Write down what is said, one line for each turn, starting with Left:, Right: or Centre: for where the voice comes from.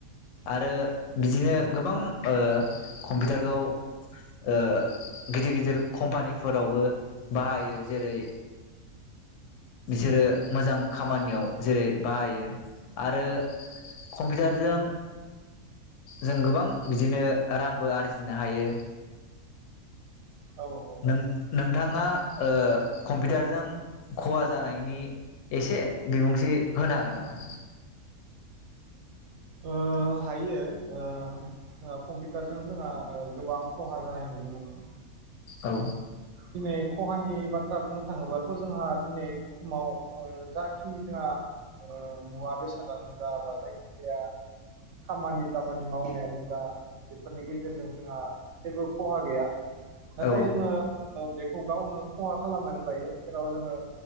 Left: आरो बिदिनो गोबां ओ कम्पिउटारखौ ओ गिदिर गिदिर कम्पानि फोरावबो बाहायो जेरै बिसोरो मोजां खामानियाव जेरै बाहायो आरो कम्पिउटारजों जों गोबां बिदिनो रांबो आरजिनो हायो
Right: औ औ
Left: नों नोंथाङा ओ कम्पिउटारजों खहा जानायनि एसे बिबुंथि होनो हागोन नामा
Right: ओ हायो ओ-ओ कम्पिउटारजों जोंहा ओ गोबां खहा जानाय नुनो मोनो
Left: औ
Right: दिनै खहानि बाथ्रा बुंनो थाङोब्लाथ जोंहा दिनै बुहुमाव जाखिनि जोंहा ओ मुवा बेसादानो जा बा जायखिजाया खामानि दामानि मावनायानो जा बेफोरनि गेजेरजों जोंहा जेबो खहा गैया नाथाय
Left: औ
Right: जोङो बेखौ गावनो खहा खालामनानै लायो जेराव जोङो